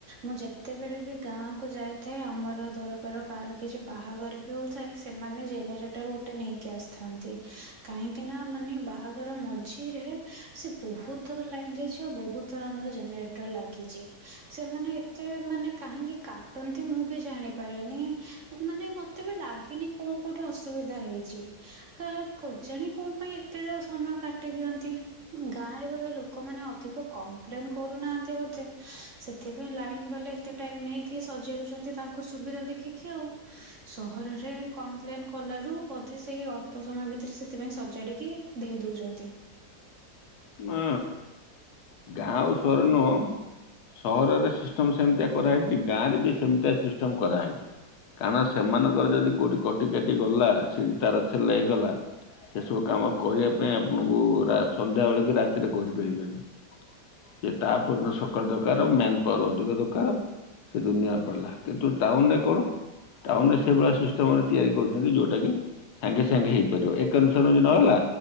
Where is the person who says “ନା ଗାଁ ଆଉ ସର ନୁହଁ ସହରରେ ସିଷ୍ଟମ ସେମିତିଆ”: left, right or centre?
Left